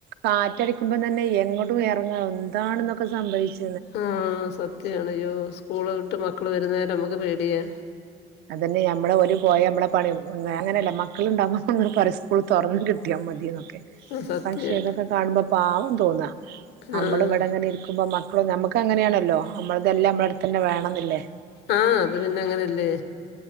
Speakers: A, on the right; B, on the left.
A: കാറ്റടിക്കുമ്പം തന്നെ എങ്ങോട്ടും എറങ്ങാ എന്താണ് ഇന്നൊക്കെ സംഭവിച്ചെ
B: ആഹ് സത്യവാണ് അയ്യോ! സ്കൂള് വിട്ട് മക്കള് വരുന്നവരെ നമ്മുക്ക് പേടിയാ.
A: അതന്നെ ഞമ്മള് ഓല് പോയ നമ്മളെ പറിയും ഒന്ന് അങ്ങനെല്ല മക്കളുണ്ടാവുമ്പോ നമ്മള് പറയും സ്കൂള് തൊറന്ന് കിട്ടിയാ മതി എന്നൊക്കെ.
B: ആഹ് സത്യാ
A: പക്ഷെ ഇതൊക്കെ കാണുമ്പോ പാവം തോന്നാ നമ്മള്
B: ആഹ്
A: ഇവിടെങ്ങനെ ഇരിക്കുമ്പോ മക്ക ളും നമ്മക്ക് അങ്ങനെയാണല്ലോ നമ്മൾതെല്ലാം നമ്മടെ അടുത്തന്നെ വേണംന്നല്ലേ?
B: ആഹ് അത് പിന്നെ അങ്ങനെയല്ലേ?